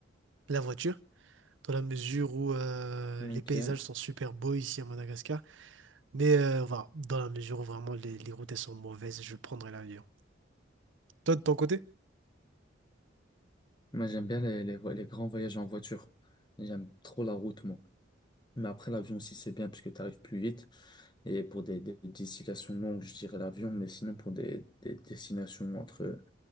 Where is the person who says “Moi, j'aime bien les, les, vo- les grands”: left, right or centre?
Left